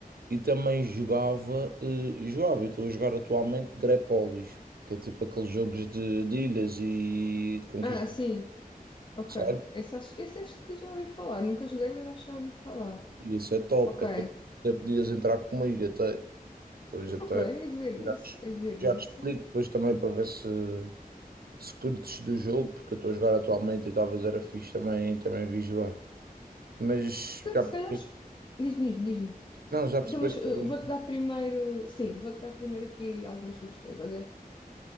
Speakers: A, on the right; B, on the left.
A: E também jogava, eh, jogava, e estou a jogar atualmente Grepolis, que é tipo aqueles jogos de, de ilhas e de conquista,
B: Ah, sim. Ok.
A: sabe?
B: Esse acho, esse acho que já ouvi falar. Nunca joguei, mas acho que já ouvi falar.
A: E isso é top,
B: Ok.
A: até, até podias entrar comigo até. Pois até.
B: Ok, hei de ver
A: Já
B: isso,
A: te,
B: hei de ver
A: já
B: disso.
A: te explico depois também para ver se, se curtes do jogo, porque eu estou a jogar atualmente e talvez era fixe também, também vi jogar. Mas
B: Se
A: já
B: se
A: percebi-
B: calhar, diz-me, diz-me. diz-me.
A: não, já percebeste
B: Então, mas uh,
A: algum?
B: vou-te dar primeiro, sim, vou-te dar primeiro aqui algumas sugestões. Olha,